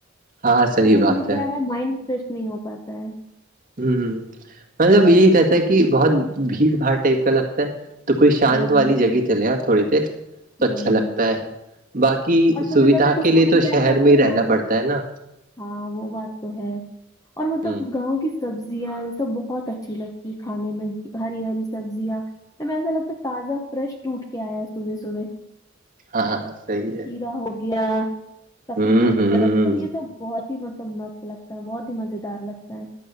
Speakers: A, on the right (about 45°); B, on the left (about 20°).
A: ہاں صحیح
B: شہر
A: بات
B: میں کیا ہے مائنڈ فریش نہیں ہو پاتا ہے
A: ہمم مطلب یہی کہتا ہے کہ بہت بھیڑ بھاڑ ٹائپ کا لگتا ہے تو کوئی شانت
B: ہوں
A: والی جگہ چلے جاؤ تھوڑی دیر تو
B: ہوں
A: اچھا لگتا ہے باقی کی
B: اور کبھی
A: سویدھا
B: کبھی
A: کے
B: صبح
A: لیے تو
B: کیا
A: شہر
B: کرتے
A: میں ہی رہنا
B: ہیں
A: پڑتا ہے نا
B: ہاں وہ بات تو ہے اور مطلب
A: ہ
B: گاؤں کی سبزیاں یہ سب بہت اچھی لگتی کھانے میں ہری ہری سبزیاں میں ایسا لگتا ہے تازہ فریش ٹوٹ کے آیا ہے صبح صبح
A: ہاں ہاں صحیح ہے
B: کھیرا ہو گیا ککڑی
A: ہوں
B: ہو
A: ہوں
B: گیا مطلب یہ سب بہت ب ہی مطلب مست لگتا ہے بہت ہی مزے دار لگتا ہے